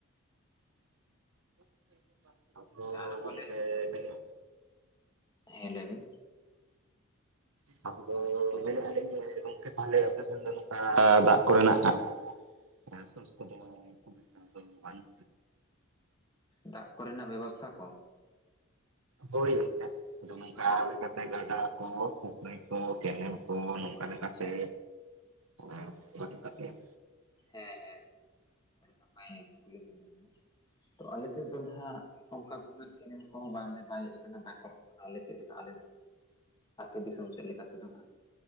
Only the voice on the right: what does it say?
<unintelligible>
ᱜᱚᱝᱠᱮ
ᱢᱮᱱᱮᱫ
<unintelligible> ᱢᱮᱱᱮᱜᱼᱟ ᱞᱤᱧ ᱡᱮ ᱜᱚᱝᱠᱮ ᱛᱟᱦᱚᱞᱮ ᱟᱯᱮ ᱥᱮᱱ ᱫᱚ ᱱᱚᱝᱠᱟ ᱫᱟᱜ ᱠᱚᱨᱮᱱᱟᱜ <unintelligible> ᱠᱷᱩᱵ ᱮᱠᱴᱟ ᱫᱚ ᱵᱟᱝ
ᱦᱳᱭ ᱟᱫᱚ ᱱᱚᱝᱠᱟ ᱞᱮᱠᱟᱛᱮ ᱜᱟᱰᱟ ᱠᱚ ᱯᱩᱠᱷᱨᱤ ᱠᱚ ᱠᱮᱱᱮᱞ ᱠᱚ ᱱᱚᱝ, ᱚᱱᱠᱟ ᱞᱮᱠᱟᱛᱮ
<unintelligible>